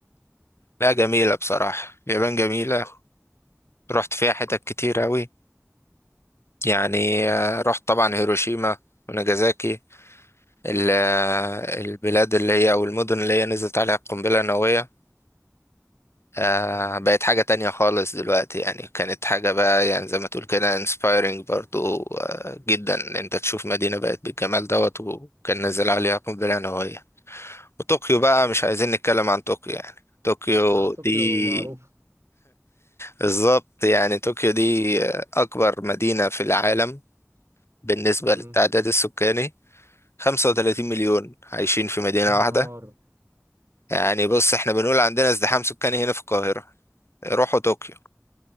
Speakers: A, on the left (about 60°); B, on the right (about 65°).
A: لا جميلة بصراحة اليابان جميلة رحت فيها حتت كتير أوي يعني آه، رحت طبعا هيروشيما وناجازاكي ال- آه، البلاد اللي هي أو المدن اللي هي نزلت عليها القنبلة النووية آه
B: امم
A: بقت حاجة تانية خالص دلوقتي يعني كانت حاجة بقى يعني زي ما تقول كده inspiring برضو آه جدا إن انت تشوف مدينة بقت بالجمال دوت وكان نازل عليها قنبلة نووية وطوكيو بقى مش
B: امم
A: عايزين نتكلم عن طوكيو يعني طوكيو
B: اه طوكيو
A: دي
B: معروف
A: بالظبط يعني طوكيو دي آه، أكبر مدينة في العالم بالنسبة
B: امم
A: للتعداد السكاني 35 مليون عايشين في مدينة
B: يا نهار
A: واحدة يعني بص احنا بنقول عندنا ازدحام سكاني هنا في القاهرة روحوا طوكيو